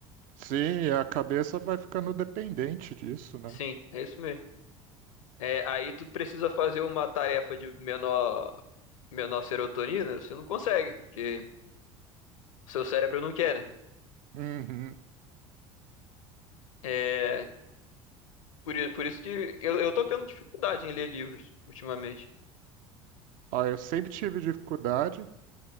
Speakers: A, on the right (about 50°); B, on the left (about 75°).
A: Sim, e a cabeça vai ficando dependente disso, né?
B: Sim, é isso mesmo. É, aí tu precisa fazer uma tarefa de menor, menor serotonina, você não consegue, porque o seu cérebro não quer, né?
A: Uhum.
B: É, por, i- por isso que eu, eu tô tendo dificuldade em ler livros ultimamente.
A: ah eu sempre tive dificuldade,